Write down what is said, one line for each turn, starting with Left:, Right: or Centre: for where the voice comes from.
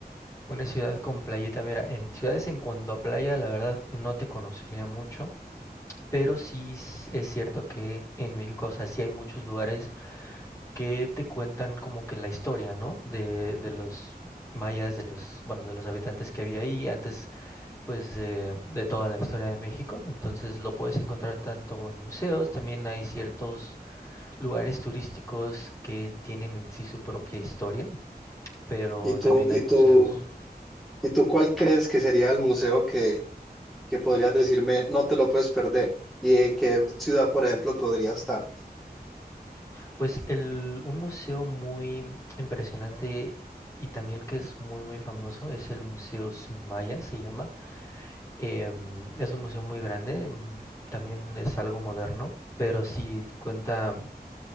Left: Una ciudad con playita, mira, en ciudades en cuanto a playa, la verdad no te conocería mucho. Pero sí s- es cierto que en México, o sea, sí hay muchos lugares que te cuentan como que la historia, ¿no? De, de los mayas, de los, bueno, de los habitantes que había ahí antes, pues, de, de toda la historia de México. Entonces lo puedes encontrar tanto en museos, también hay ciertos lugares turísticos que tienen en sí su propia historia, pero
Centre: ¿Y tú,
Left: también
Centre: y
Left: hay museos.
Centre: tú, y tú cuál crees que sería el museo que, que podrías decirme no te lo puedes perder? ¿Y en qué ciudad, por ejemplo, podría estar?
Left: Pues el, un museo muy impresionante y también que es muy muy famoso es el Museo Sumaya, se llama. Em, es un museo muy grande, mm, también es algo moderno, pero sí cuenta